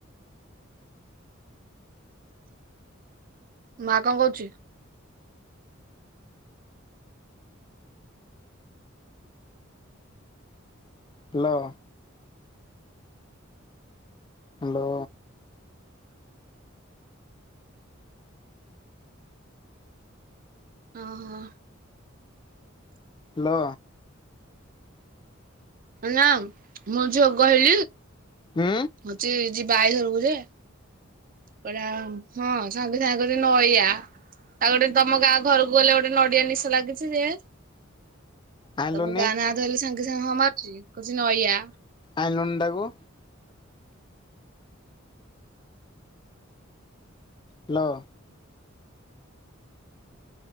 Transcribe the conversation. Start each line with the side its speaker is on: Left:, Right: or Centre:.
Right: ମା କଣ କହୁଛି?
Left: ହାଲୋ। ହାଲୋ।
Right: ଓ ହଁ।
Left: ହାଲୋ।
Right: ନା ମୁଁ ଝିଅ କହି
Left: ହୁଁ।
Right: ହଉଛି ଯିବା ଆଇ ଘରକୁ ଯେ। କହିଲା ହଁ ସାଙ୍ଗେ ସା ଗୋଟେ ନଇଆ ତାଉ ଗୋଟେ ତମ ଗାଁ ଘରକୁ ଗଲେ ଗୋଟେ ନଡିଆ ନିଶ ଲାଗିଛି ଯେ
Left: ଆଣିଲୁନି
Right: ତମ ଗାଁ ନାଁ ଧଇଲେ ସାଙ୍ଗେ ସାଙ୍ଗେ ହଁ ମାରୁଛି କହୁଛି ନଇଆ।
Left: ଆଇଲୁନୁ ତାକୁ। ହାଲୋ।